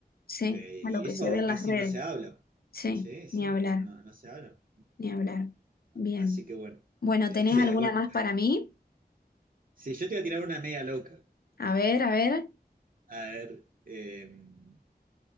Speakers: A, on the left (about 65°); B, on the right (about 55°).
A: Sí,
B: eh,
A: a
B: y
A: lo que
B: eso
A: se ve en
B: casi
A: las redes.
B: no se habla.
A: Sí,
B: Sí, sí,
A: ni hablar,
B: no, no, no se habla.
A: ni hablar. Bien.
B: Así que bueno,
A: Bueno,
B: <laughs> este,
A: ¿tenés alguna
B: bueno,
A: más para mí?
B: si yo te voy a tirar una media loca,
A: A ver, a ver.
B: a ver. em,